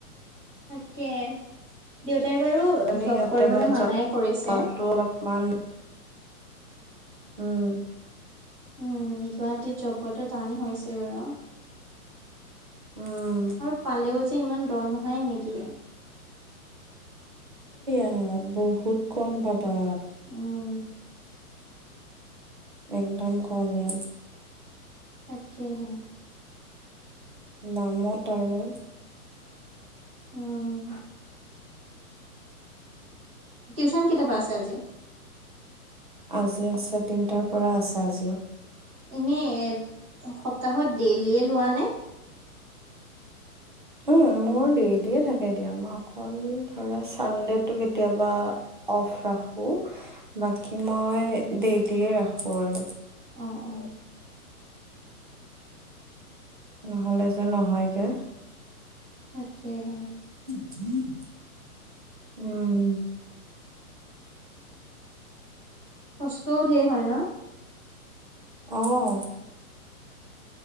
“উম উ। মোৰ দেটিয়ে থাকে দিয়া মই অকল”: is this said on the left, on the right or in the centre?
Right